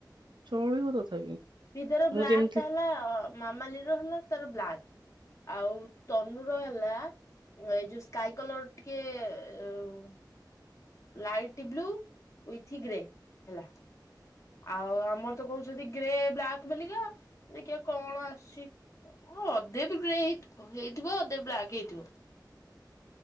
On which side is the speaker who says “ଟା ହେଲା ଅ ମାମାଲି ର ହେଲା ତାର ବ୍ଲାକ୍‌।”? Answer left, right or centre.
Left